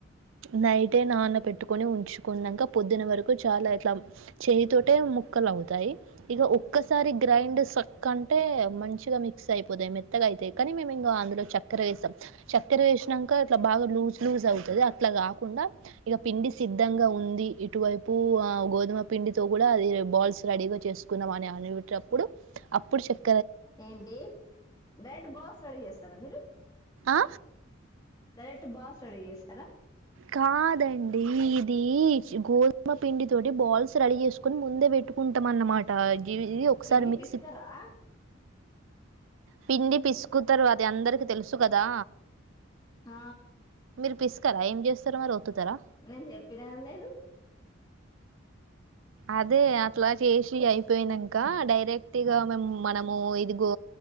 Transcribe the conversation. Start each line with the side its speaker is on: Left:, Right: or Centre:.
Right: నైటే నాన పెట్టుకొని ఉంచుకున్నంక పొద్దున వరకు చాలా ట్లం చెయ్యి తోటే ముక్కలౌ తాయి ఇగ ఒక్కసారి గ్రైండ్ సక్ అన్ టే మంచిగా మిక్స్ అయిపోతాయి మెత్తగా అయితాయి కానీ మేము ఇంకా అందులో చక్కెర వేసాం చక్కెర వేస్ నంక ఇట్లా బాగా లజ్ లూజ్ ఐతది ఇట్ల కాకుండా ఇక పిండి సిద్ధంగా ఉంది ఇటువైపు ఆ గోధుమ పిండితో కూడా అది బాల్స్ రెడీగా చేస్ కున్నాం అని అనీటప్పుడు అప్పుడు చెప్
Left: ఏంటి రెడ్ బాస్ రెడీ చేస్తారా మీరు
Right: ఆ
Left: డైరెట్ బాస్ రెడీ చేస్తారా
Right: కాదండి ఇది గోధుమ పిండి తోటి బాల్స్ రెడీ చేసుకొని ముందే పెట్టుకుంటాం అన్నమాట ఇది ఒకసారి
Left: పిండి
Right: మిక్సీ
Left: పిసుకరా
Right: పిండి పిసుకుతరు అది అందరికీ తెలుసు కదా
Left: ఆ
Right: మీరు పిసుకరా ఏం చేస్తారు మరి ఓత్తుతారా
Left: నేను చెప్పినా కద నేను
Right: అదే అట్లా చేసి అయిపోయినం క డైరెక్ట్ గా మేం మనము ఇదిగో